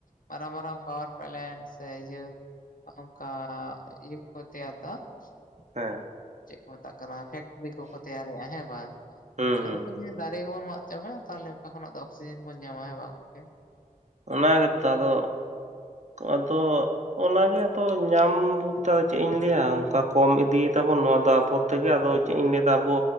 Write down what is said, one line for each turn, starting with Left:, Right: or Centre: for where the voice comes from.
Left: ᱢᱟᱨᱟᱝ ᱢᱟᱨᱟᱝ ᱯᱟᱣᱟᱨ ᱯᱞᱮᱱ ᱥᱮ ᱤᱭᱟᱹ ᱚᱱᱠᱟ <inaudible> ᱛᱮᱭᱟᱨ ᱫᱚ ᱼᱼ
Right: ᱦᱮᱸ ᱾
Left: ᱪᱮᱫ ᱠᱚ ᱢᱮᱛᱟᱜ ᱠᱟᱱᱟ ᱯᱷᱮᱠᱴᱨᱤ ᱠᱚᱠᱚ ᱛᱮᱭᱟᱨᱮᱜᱼᱟ ᱦᱮᱸ ᱵᱟᱝ
Right: ᱦᱩᱸ
Left: ᱛᱟᱦᱞᱮ
Right: ᱦᱩᱸ
Left: ᱩᱱᱠᱩ ᱡᱩᱫᱤ ᱫᱟᱨᱮ ᱠᱚ ᱵᱚᱱ ᱼᱼ ᱪᱟᱵᱟᱭᱟ ᱛᱟᱦᱞᱮ ᱚᱠᱟ ᱠᱷᱚᱱᱟᱜ ᱫᱚ ᱚᱠᱥᱤᱡᱮᱱ ᱵᱚᱱ ᱧᱟᱢᱟ ᱦᱮᱸ ᱵᱟᱝ ᱜᱚᱢᱠᱮ?
Right: ᱚᱱᱟ ᱜᱮᱛᱚ ᱟᱫᱚ ᱟᱫᱚ ᱼᱼ ᱚᱱᱟ ᱜᱮ ᱟᱫᱚ ᱧᱟᱢ ᱵᱚᱞᱛᱮ ᱟᱫᱚ ᱪᱮᱫ ᱤᱧ ᱞᱟᱹᱭᱟ ᱚᱱᱠᱟ ᱠᱚᱢ ᱤᱫᱤᱭᱮᱫᱟ ᱵᱚᱱ ᱱᱚᱣᱟ ᱫᱚ ᱟᱵᱚ ᱼᱼ ᱛᱮᱜᱮ ᱟᱫᱚ ᱪᱮᱫ ᱤᱧ ᱞᱟᱹᱭᱫᱟ ᱟᱵᱚᱼᱼ